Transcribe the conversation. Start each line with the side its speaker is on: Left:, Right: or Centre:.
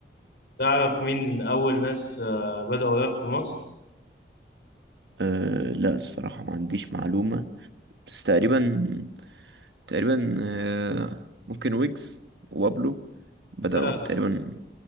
Left: تعرف مين اول ناس آه، بدأوا راب في مصر؟
Right: أه لا الصراحة ما عنديش معلومة بس تقريبا تقريبا أه ممكن ويجز وبابلو بدأوا
Left: لا
Right: تقريبا